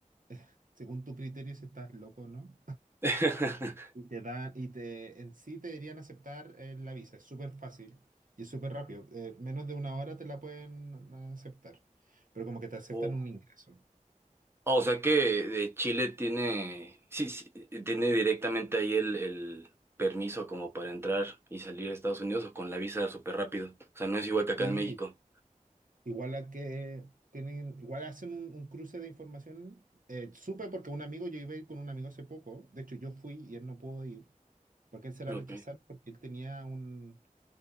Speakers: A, on the right (about 75°); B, on the right (about 15°).
A: eh, según tu criterio, si estás loco o no,
B: <laughs>
A: y te dan, y te, en sí te deberían aceptar eh, la visa. Es súper fácil y es súper rápido. Eh, menos de una hora te la pueden aceptar, pero como que te aceptan
B: Oh.
A: un ingreso.
B: Ah, o sea que de Chile tiene, sí, sí, eh, tiene directamente ahí el, el permiso como para entrar y salir a Estados Unidos o con la visa súper rápido. O sea, no es igual que acá
A: Sí,
B: en México.
A: igual a que tienen, igual hacen un, un cruce de información. Eh, supe porque un amigo, yo iba a ir con un amigo hace poco, de hecho yo fui y él no pudo ir, porque él se la
B: Ok.
A: rechazaron
B: <laughs>
A: porque él tenía un,